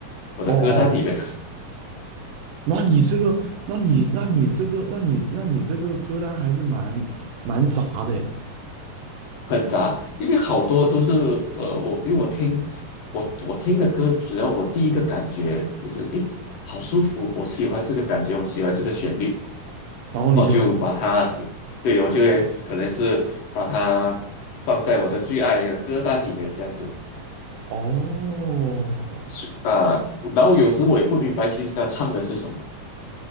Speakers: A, on the left; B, on the right.
A: 我的歌单里面
B: 哦，那你这个，那你那你这个，那你那你这个歌单还是蛮蛮杂的诶
A: 很杂，因为好多都是呃，我因为我听我我听的歌，只要我第一个感觉就是诶，好舒服，我喜欢这个感觉，我喜欢这个旋律，
B: 然后你就，
A: 我就把它对，我就会可能是把它放在我的最爱的歌单里面这样子。
B: 哦
A: 所以啊，然后有时我也不明白，其实他唱的是什么。